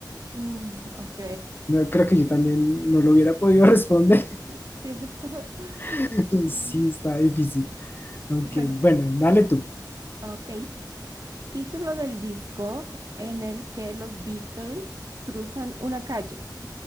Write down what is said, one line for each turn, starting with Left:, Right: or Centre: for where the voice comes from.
Right: Mm, ok.
Left: No, creo que yo también no lo hubiera podido responder.
Right: <laughs> Cierto. <laughs>
Left: <laughs>
Right: Sí.
Left: Sí, está difícil. Ok,
Right: <laughs>
Left: bueno, dale tú.
Right: Ok. Título del disco en el que los Beatles cruzan una calle.